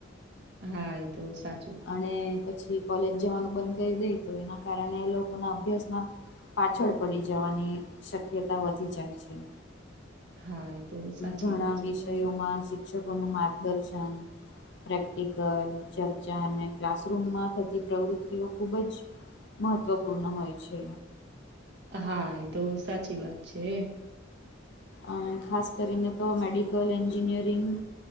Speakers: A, on the right (about 60°); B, on the left (about 60°).
A: હા એ તો સા
B: અને પછી કોલેજ જવાનું બંધ કરી દઈ તો એના કારણે એ લોકો ના અભ્યાસમાં પાછળ પડી જવાની શક્યતા વધી જાય છે
A: હા એ તો સાચી
B: ઘણા
A: વાત છે
B: વિષયોમાં
A: તમારી.
B: શિક્ષકોનું માર્ગદર્શન પ્રેક્ટિકલ ચર્ચા અને ક્લાસરૂમમાં થતી પ્રવૃત્તિઓ ખુબ જ મહત્ત્વપૂર્ણ હોય છે.
A: હા એ તો સાચી વાત છે
B: અ ખાસ કરીને તો મેડિકલ એન્જિનિયરિંગ